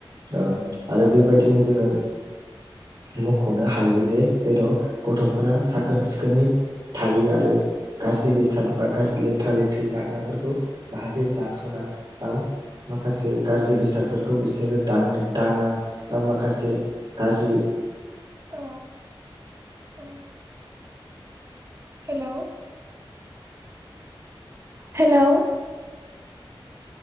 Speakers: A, on the right; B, on the right.
A: औ
B: ओ आरो बेबायदिनो जोङो मख'नो हायो जे जेर' गथ'फोरा साखोन-सिखोनै थायो आरो गासै बेसाद बा गाज्रि लेथ्रा-लेथ्रि जाग्राफोरखौ जाहाथे जासना बां माखासे गाज्रि बेसादफोरखौ बिसोरो दां दाङा बा माखासे गाज्रि
A: औ औ। हेलौ। हेलौ।